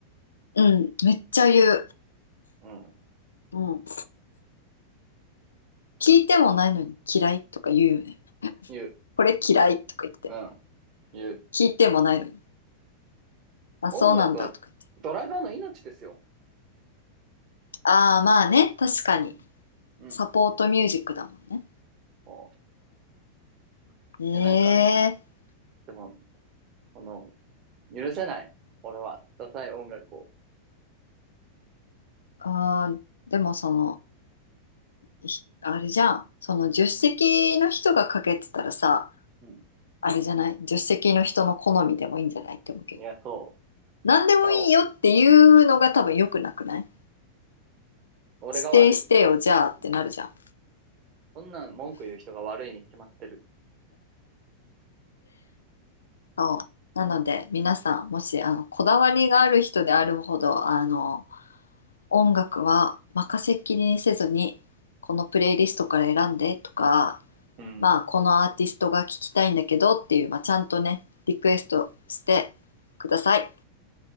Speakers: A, on the left (about 70°); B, on the right (about 35°).
A: うん。めっちゃ言う。
B: うん。
A: うん。聞いてもないのに嫌いとか言うよね。
B: 言う。
A: これ嫌いとか言って。
B: うん。言う。
A: 聞いてもないのに。あ、
B: 音楽はドライバーの命ですよ。
A: そうなんだとか言って。ああ、まあね。確かに。
B: うん。うん。
A: サポートミュージックだもんね。
B: こう。いや、
A: ええ
B: なんか、でも、この、許せない。俺は、ダサい音楽を。
A: あー、でもその、ひあれじゃん。その、助手席の人がかけてたらさ、
B: うん
A: あれじゃない助手席の人の好みでもいいんじゃないって思うけど。
B: いや、そ
A: 何でもいいよっていうのが多分良くなくない
B: う。だから、俺が悪い。
A: 指定してよ、じゃあってなるじゃん。
B: うんそんなん文句言う人が悪いに決まってる。
A: そう。なので、皆さん、もし、あの、こだわりがある人であるほど、あの、音楽は任せっきりにせずに、このプレイリストから選んでとか、
B: うん。
A: まあ、このアーティストが聞きたいんだけどっていう、まあ、ちゃんとね、リクエストしてください。